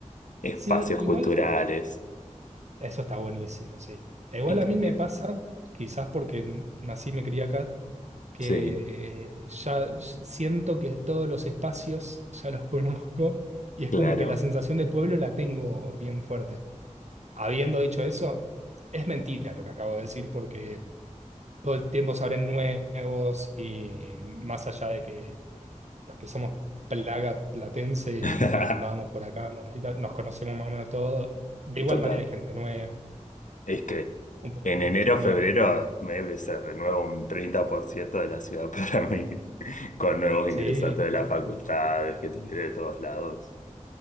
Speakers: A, on the left (about 85°); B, on the right (about 65°).
A: espacios
B: sí, igual
A: culturales.
B: eso está buenísimo, sí. E Igual
A: Increíble.
B: a mí me pasa, quizás porque nací y me crié acá, que
A: Sí,
B: ya siento que todos los espacios ya los conozco y es
A: claro.
B: como que la sensación de pueblo la tengo bien fuerte. Habiendo dicho eso, es mentira lo que acabo de decir porque todo el tiempo se abren nuevos y más allá de que los que somos plaga platense y,
A: <laughs>
B: y andábamos por acá, los gatitas, nos conocemos más o menos todos, de igual
A: Total.
B: manera hay gente nueva,
A: Es que
B: un poco
A: en
B: como
A: enero,
B: chico, como
A: febrero,
B: no.
A: me se renueva un 30% de la ciudad para mí, <laughs> con nuevos ingresantes
B: Sí,
A: de las facultades, que te quiere de todos lados.